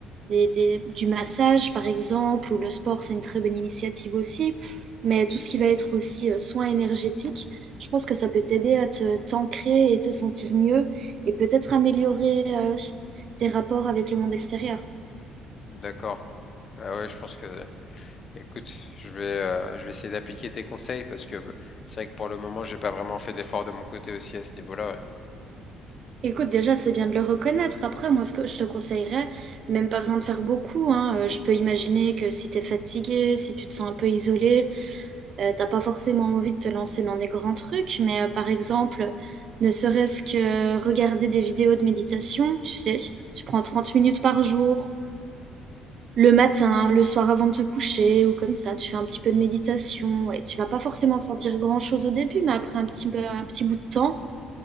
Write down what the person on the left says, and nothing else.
D'accord. Bah ouais, je pense que. Écoute, je vais, euh, je vais essayer d'appliquer tes conseils parce que bah, c'est vrai que pour le moment, j'ai pas vraiment fait d'effort de mon côté aussi à ce niveau-là.